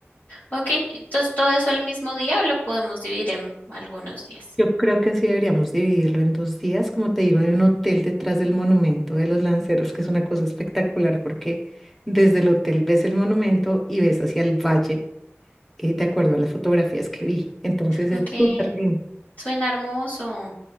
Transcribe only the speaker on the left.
Ok, entonces todo eso el mismo día o lo podemos dividir en algunos días.
Ok,
suena hermoso.